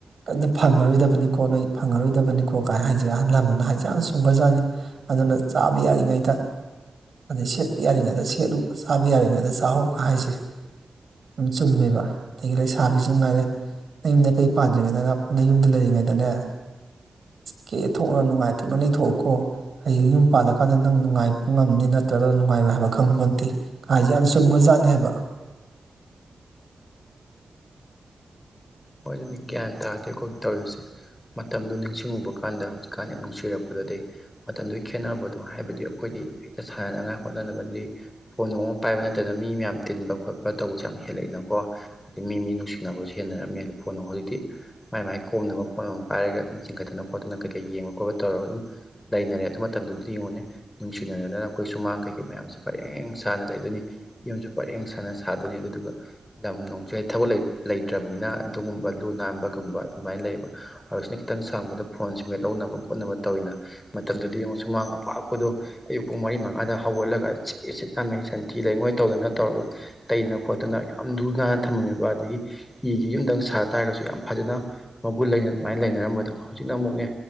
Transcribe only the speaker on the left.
ꯍꯣꯏ ꯑꯗꯨꯅꯤ ꯒ꯭ꯌꯥꯟ ꯇꯥꯗꯦ ꯑꯩꯈꯣꯏ ꯇꯧꯔꯤꯁꯦ ꯃꯇꯝꯗꯨ ꯅꯤꯡꯁꯤꯡꯉꯨꯕ ꯀꯥꯟꯗ ꯍꯧꯖꯤꯛꯀꯥꯟ ꯌꯥꯝ ꯅꯨꯡꯁꯤꯔꯛꯄꯗꫭ ꯑꯗꯩ ꯃꯇꯝꯗꯨꯒꯤ ꯈꯦꯠꯅꯕꯗꯣ ꯍꯥꯏꯕꯗꯤ ꯑꯩꯈꯣꯏꯗꯤ ꯍꯦꯛꯇ ꯁꯥꯟꯅꯅꯉꯥꯏ ꯍꯣꯠꯅꯅꯕꯗꯒꯤ ꯐꯣꯟ ꯅꯨꯡ ꯑꯃ ꯄꯥꯏꯕ ꯅꯠꯇꯅ ꯃꯤ ꯃꯌꯥꯝ ꯇꯤꯟꯕ ꯈꯣꯠꯄ ꯇꯧꯕꯁꯨ ꯌꯥꯝ ꯍꯦꯜꯂꯛꯑꯏꯅꯀꯣ ꯍꯥꯏꯗꯤ ꯃꯤ ꯃꯤ ꯅꯨꯡꯁꯤꯅꯕꯁꯨ ꯍꯦꯟꯅꯔꯝꯃꯦ ꯍꯥꯏ ꯐꯣꯟꯅ ꯍꯧꯖꯤꯛꯇꯤ ꯃꯥꯏ ꯃꯥꯏ ꯀꯣꯝꯅꯕ ꯐꫭꯟ ꯑꯃ ꯑꯃ ꯄꯥꯏꯔꯒ ꯑꯗꯨꯝ ꯆꯤꯡꯈꯠꯇꯅ ꯈꯣꯠꯇꯅ ꯀꯩ ꯀꯩ ꯌꯦꯡꯕ ꯈꯣꯠꯄ ꯇꯧꯔꯒ ꯑꯗꯨꯝ ꯂꯩꯅꯔꯦ ꯑꯗꯨ ꯃꯇꯝꯗꯨꯗꯤ ꯌꯦꯡꯉꯨꯅꯦ ꯅꯨꯡꯁꯤꯅꯗꯅ ꯑꯩꯈꯣꯏ ꯁꯨꯃꯥꯡ ꯀꯩꯀꯩ ꯃꯌꯥꯝꯁꯦ ꯄꯔꯦꯡ ꯁꯥꯅ ꯂꯩꯗꯣꯏꯅꯤ ꯌꯨꯝꯁꯨ ꯄꯔꯦꯡ ꯁꯥꯥꯟꯅ ꯁꯥꯗꯣꯏꯅꯤ ꯑꯗꯨꯗꯨꯒ ꯂꯝ ꯅꯨꯡꯁꯨ ꯍꯦꯛ ꯊꯕꯛ ꯂꯩ ꯂꯩꯇ꯭ꯔꯕꯅꯤꯅ ꯑꯗꯨꯒꯨꯝꯕ ꯂꯨ ꯅꯥꯟꯕꯒꯨꯝꯕ ꯑꯗꯨꯃꯥꯏꯟ ꯂꯩꯌꯦꯕ ꯍꯧꯖꯤꯛꯁꯤꯅ ꯈꯤꯇꯪ ꯁꯪꯕꯗ ꯐꯣꯟꯁꯤ ꯃꯦꯠ ꯍꯧꯅꯕ ꯈꯣꯠꯅꯕ ꯇꯧꯋꯤꯅ ꯃꯇꯝꯗꯨꯗꯤ ꯌꯦꯡꯉꯨ ꯁꯨꯃꯥꯡ ꯑꯄꯥꯛꯄꯗꯣ ꯑꯌꯨꯛ ꯄꯨꯡ ꯃꯔꯤ ꯃꯉꯥꯗ ꯍꯧꯒꯠꯂꯒ ꯁꯤꯠ ꯁꯤꯠ ꯅꯥꯟꯃꯩ ꯁꯟꯊꯤ ꯂꯩꯉꯣꯏ ꯇꯧꯗꯅ ꯇꯧꯔꯒ ꯇꯩꯗꯅ ꯈꯣꯠꯇꯅ ꯌꯥꯝ ꯂꯨ ꯅꯥꯟꯅ ꯊꯝꯂꯝꯃꯦꯕ ꯑꯗꯒꯤ ꯌꯨꯝꯗꯪ ꯁꯥ ꯇꯥꯔꯒꯁꯨ ꯌꯥꯝ ꯐꯖꯅ ꯃꯒꯨꯟ ꯂꯩꯅ ꯑꯗꯨꯃꯥꯏꯅ ꯂꯩꯅꯔꯝꯕꯗꯣ ꯍꯧꯖꯤꯛꯅ ꯑꯃꯨꯛꯅꯦ